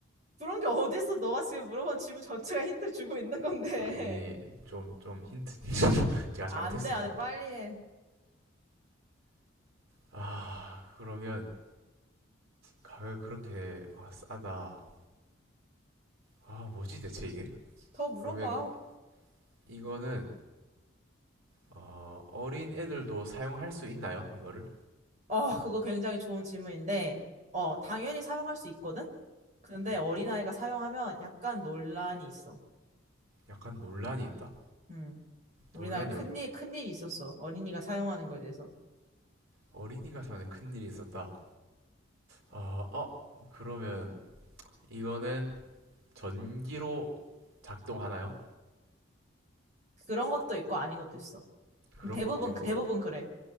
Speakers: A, on the right; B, on the right.
A: 그런 게 어딨어. 너가 지금 물어본 질문 전체가 힌트를 주고 있는 건데.
B: 아니, 좀, 좀 힌트. <laughs> 제가
A: 안
B: 잘못했으면
A: 돼, 안
B: 됩니다.
A: 돼. 빨리 해.
B: 아, 그러면 가격 그렇게 아, 싸다. 아, 뭐지 대체 이게?
A: 더 물어봐.
B: 그러면 이- 이거는 어, 어린 애들도 사용할 수 있나요? 이거를?
A: 어, 그거 굉장히 좋은 질문인데, 어, 당연히 사용할 수 있거든? 근데
B: 음,
A: 어린아이가 사용하면 약간 논란이 있어.
B: 약간 논란이 있다.
A: 음, 우리나라에
B: 논란이
A: 큰일,
B: 어,
A: 큰일이 있었어. 어린이가 사용하는 거에 대해서.
B: 어린이가 사용데 큰일이 있었다. 아, 어, 그러면 이거는 전기로 작동하나요?
A: 그런 것도 있고 아닌 것도 있어.
B: 그런
A: 근데 대부분,
B: 것도 있고
A: 대부분 그래.